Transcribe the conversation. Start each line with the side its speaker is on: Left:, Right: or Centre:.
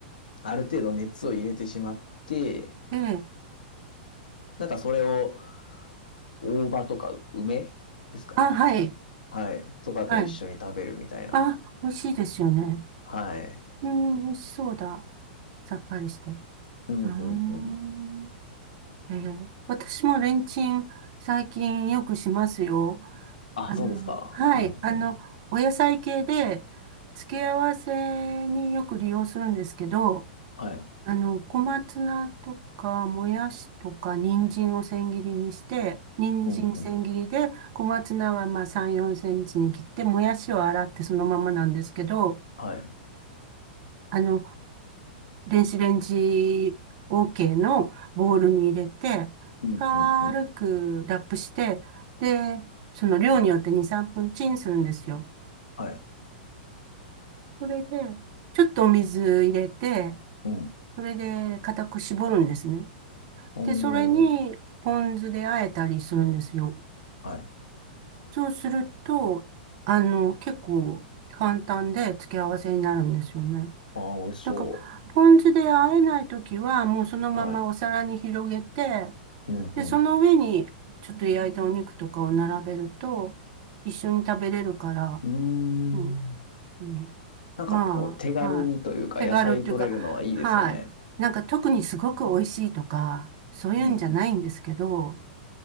Left: ある程度熱を入れてしまって、
Right: ええ。
Left: なんかそれを大葉とか梅ですかね。
Right: あ、はい。
Left: はい。とかと一緒に食べるみたいな。
Right: はい。あ、美味しいですよね。
Left: はい。
Right: うん、美味しそうだ。さっぱりして。う
Left: うん、
Right: ーん。
Left: うん、うん。
Right: ええ、私もレンチン最近よくしますよ。
Left: あ、
Right: あの、
Left: そうですか。
Right: はい、
Left: うん、うん。
Right: あの、お野菜系で、付け合わせによく利用するんですけど、
Left: はい。
Right: あの、小松菜とか、もやしとか、人参を千切りにして、人参千切りで、
Left: うん、うん。
Right: 小松菜はまあ3、4センチに切って、もやしを洗ってそのままなんですけど、
Left: はい。
Right: あの、電子レンジ OK のボウルに入れて、
Left: うん、
Right: 軽くラップして、
Left: うん、うん。
Right: で、その量によって2、3分チンするんですよ。
Left: はい。
Right: それで、ちょっとお水入れて、
Left: うん。
Right: それで固く絞るんですね。
Left: おー。
Right: で、それにポン酢で和えたりするんですよ。
Left: はい。
Right: そうすると、あの、結構簡単で付け合わせになるんですよね。
Left: ああ、美味しそ
Right: だから、ポン酢で和えないときは、もうそのままお皿に広げて、
Left: う。はい。うん、
Right: で、その上にちょっと焼いたお肉とかを並べると、一緒に食べれるから、
Left: うん。
Right: うん、
Left: うーん。
Right: うん。
Left: なんか、
Right: まあ、
Left: こう、手軽にというか、
Right: はい。手軽っていうか、
Left: 野菜取れるのはいいですよね。
Right: はい。なんか特にすごく美味しいとか、そういうんじゃないんですけど、
Left: うん、うん。